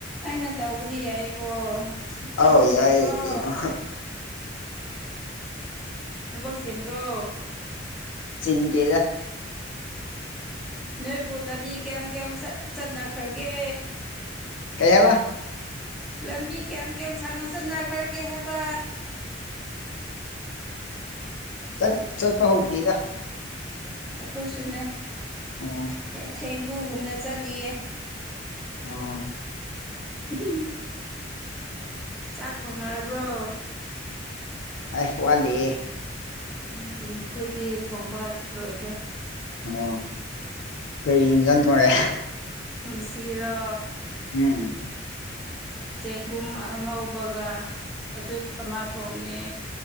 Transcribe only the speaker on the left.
ꯑꯥꯎ ꯌꯥꯏ
ꯀꯩꯅꯣ
ꯆꯤꯇꯗ
ꯀꯩ ꯍꯥꯏꯕ
ꯆꯠ ꯁꯜꯄ ꯍꯧ ꯆꯗ
ꯑꯣ
ꯑꯥ
ꯑꯁꯨ ꯋꯥꯍꯂꯤꯌꯦ
ꯑꯣ ꯀꯔꯤ ꯌꯦꯟꯖꯥꯡ ꯊꯣꯡꯉꯦ
ꯎꯝ